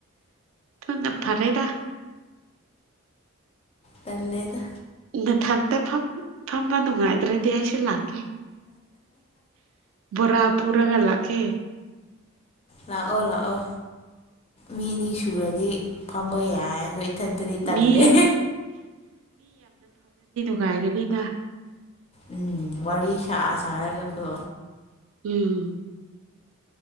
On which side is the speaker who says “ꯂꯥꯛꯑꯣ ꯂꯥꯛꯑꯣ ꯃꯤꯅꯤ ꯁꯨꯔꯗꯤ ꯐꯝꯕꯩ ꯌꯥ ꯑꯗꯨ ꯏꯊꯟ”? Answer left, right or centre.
Left